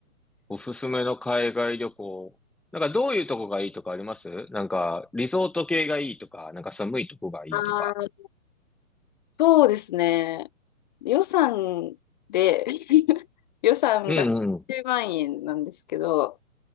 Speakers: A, in the centre; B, on the left.
A: おすすめの海外旅行。なんかどういうとこがいいとかありますなんかリゾート系がいいとか、なんか寒いとこがいいとか。
B: ああー、そうですね。予算で <laughs> 予算が30万円なんですけど、
A: うんうん。